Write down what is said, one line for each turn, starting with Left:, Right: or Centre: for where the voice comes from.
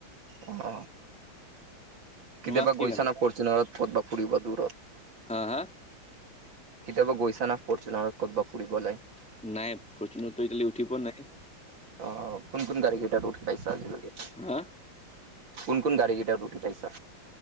Right: অ' কেতিয়াবা
Centre: তোমাক কি
Right: গৈছা
Centre: ভাল লাগে
Right: না, ফৰচুনাৰত কৰবা ফুৰিব দূৰত।
Centre: হা হা?
Right: কেতিয়াবা গৈছা না পঢোঁহ ক'ৰবাত ফুৰিবলৈাই <unintelligible>
Centre: নাই ফৰচুনতো এতিয়ালৈ উঠি পোৱা নাই।
Right: অ কোন কোন কাৰা়গেইটত উঠিল পাইছছে আজি লে <unintelligible>
Centre: হা।
Right: কোন কোন গাড় গিটাত উঠে পাইছা?